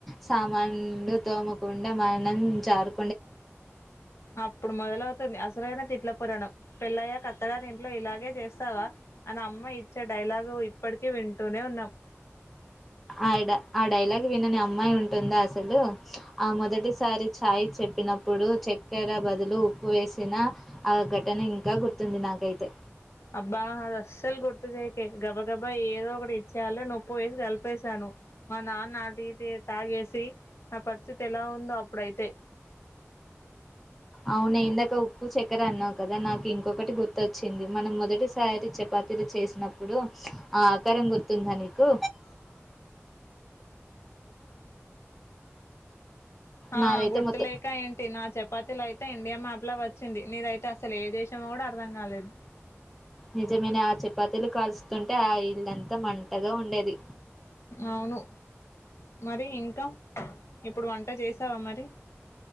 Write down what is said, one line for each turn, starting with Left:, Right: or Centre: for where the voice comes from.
Centre: సామాన్లు తోమకుండా మనం జారు
Left: అప్పుడు మొదలవుతుంది అసలైైన తిట్ల పురాణం పెళ్ళయ్యాక అత్తగారింట్లో ఇలాగే చేస్తావా అని అమ్మయిచ్చే డైలాగు ఇప్పటికీ వింటూనే ఉన్నాం
Centre: ఆ డై ఆ డైలాగ్ వినని అమ్మాయి ఉంటుందా అసలు ఆ మొదటిసారి ఛాయ్ చెప్ ప్పినప్పుడు చెక్కెర బదులు ఉప్పు వేసిన ఆ ఘటన ఇంకా గుర్తుంది నాకైతే
Left: అబ్బా అది అస్సలు గుర్తు చేయకే గబా గబా ఏదో ఒకటి ఇచ్చేయల నొప్పు వేసి కలిపేసాను మా నాన్న ఆ టి తే తాగేసి నా పరిస్థితి ఎలా ఉందో అప్పుడైతే
Centre: అవును ఇందాక ఉప్పు చక్కర అన్నావు కదా నాకు ఇంకొకటి గుర్తొచ్చింది మనం మొదటిసారి చెపా తిలు చేసినప్పుడు ఆ ఆకారం గుర్తుందా నీకు
Left: ఆ
Centre: నాదైతే
Left: గుర్తులేక
Centre: మొత్తం
Left: ఏంటి నా చపాతీలైతే ఇండియా మ్యాప్ ప్ల అట్లా వచ్చింది నీదైతే అసలేదేశమో గూడా అర్ధం కాలేదు
Centre: నిజమేనే ఆ చపాతీలు కలుస్తుంటే ఆ ఇల్లంతా మంటగా ఉండేది
Left: అవును మరి ఇంకా ఇప్పుడు వంట చేసావా మరి